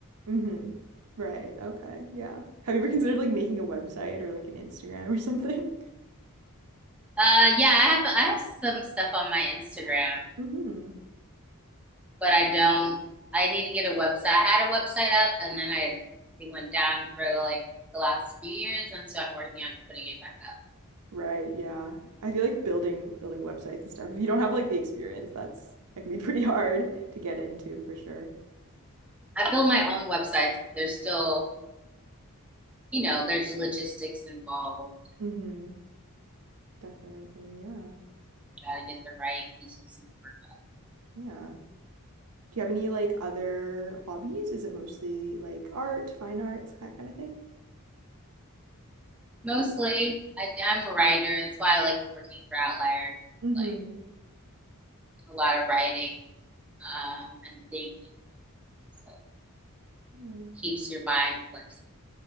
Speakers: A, on the right; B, in the centre.
A: Mm-hmm. Right. Okay. Yeah. Have you ever considered like making a website or like an Instagram or <laughs> something?
B: Uh, yeah, I have I have some stuff on my Instagram,
A: Mm-hmm.
B: but I don't. I need to get a website. I had a website up, and then I it went down for like the last few years, and so I'm working on putting it back up.
A: Right. Yeah. I feel like building building websites and stuff. If you don't have like the experience, that's that can be <laughs> pretty hard to get into for sure.
B: I built my own websites. They're still you know, there's logistics involved.
A: Mm-hmm. Definitely. Yeah.
B: Gotta get the right pieces of work.
A: Yeah. Do you have any like other hobbies? Is it mostly like art, fine arts, that kind of thing?
B: Mostly, I, I'm a writer. That's why I like working for Outliers.
A: hmm
B: Like a lot of writing um, and thinking, so
A: Mm.
B: keeps your mind flexible.